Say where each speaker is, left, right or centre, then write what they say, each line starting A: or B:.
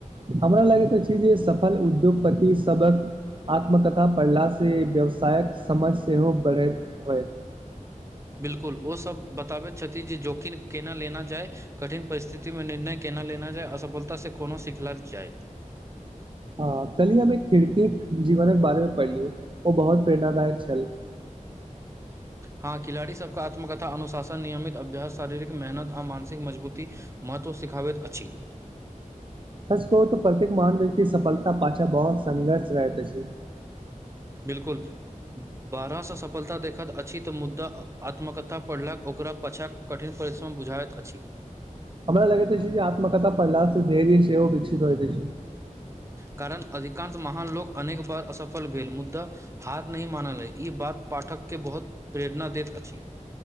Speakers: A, on the right; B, on the right.
A: हमरा लागैत अछि जे सफल उद्योगपति सबहक आत्मकथा पढ़ला से व्यवसायक समझ सेहो बढ़ैत होत
B: बिल्कुल ओ सभ बताबैत छथिन जे जोखिम केना लेना जाय कठिन परिस्थिति मे निर्णय केना लेना जाय असफलता से कोनो सिखलाक जाय
A: ह कली हम एक खिड़की जीवनक बारे मे पढ़लिय ओ बहुत प्रेरणादायक छल
B: हँ खिलाड़ी सबके आत्मकथा अनुशासन नियमित अभ्यास शारीरिक मेहनत आ मानसिक मजबूती महत्व सिखावैत अछि
A: सच कहू तऽ प्रत्येक महान व्यक्ति सफलता पाछा बहुत संघर्ष रहत अछि
B: बिलकुल बारहसँ सफलता देखैत अछि तऽ मुद्दा आत्मकथा पढ़लक ओकरा पाछाँ कठिन परिश्रम बुझाइत अछि
A: हमरा लागित अछी जे आत्मकथा पड़हलास से धर्य सेहो ओ विकसित होइत अछि
B: कारण अधिकांश महान लोक अनेक बार असफल भेल मुद्दा हार नहि मानल है ई बात पाठक के बहुत प्रेरणा दैत अछि